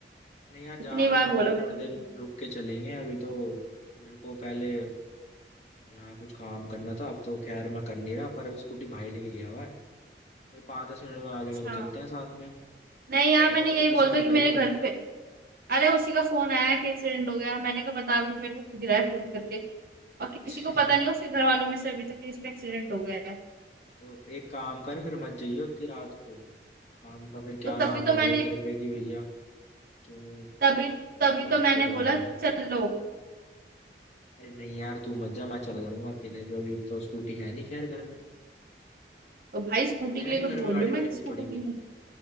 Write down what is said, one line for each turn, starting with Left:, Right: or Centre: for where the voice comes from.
Left: नहीं यार जाना
Right: इतनी
Left: तो
Right: बार
Left: पड़ेगा
Right: बोला मैंने
Left: थोड़ी देर
Right: उसको
Left: रुक के चलेंगे अभी तो मेरे को पहले यहाँ कुछ काम करना था अब तो खैर मैं कर नहीं रहा पर अभी स्कूटी भाई लेके गया हुआ है भाई पाँच दस मिनट में आ
Right: अच्छा
Left: जाएगा तो चलते हैं साथ में
Right: नहीं
Left: और
Right: यार
Left: बता
Right: मैंने
Left: तेरे
Right: यही
Left: को
Right: बोलता
Left: किसने बताई
Right: कि मेरे घर
Left: बात
Right: पे अरे उसी का फोन आया कि एक्सीडेंट हो गया मैंने कहा बता भी मेरे को खुद ही रहा है फोन करके और किसी
Left: <laughs>
Right: को पता नहीं है उसके घर वालों में से अभी तक कि इसका एक्सीडेंट हो गया है
Left: तो एक काम कर फिर मत जाइयो इतनी रात को काम का फिर क्या
Right: तो
Left: नाम
Right: तभी तो मैंने
Left: आ जाए तेरे पे कि भैया क्यों
Right: तभी
Left: इतनी
Right: तभी
Left: रात
Right: तो मैंने
Left: को जा
Right: बोला
Left: रहे
Right: कि
Left: हो
Right: चलो
Left: अरे नहीं यार तू मत जा मैं चला जाऊंगा अकेले जो अभी तो स्कूटी है नहीं खैर घर में
Right: तो भाई स्कूटी
Left: तेरे पे
Right: के
Left: है
Right: लिए
Left: क्या
Right: तो बोल
Left: घर में गाड़ी
Right: रही हूँ
Left: वाड़ी
Right: मैं
Left: कुछ
Right: स्कूटी
Left: पड़ी हुई
Right: नहीं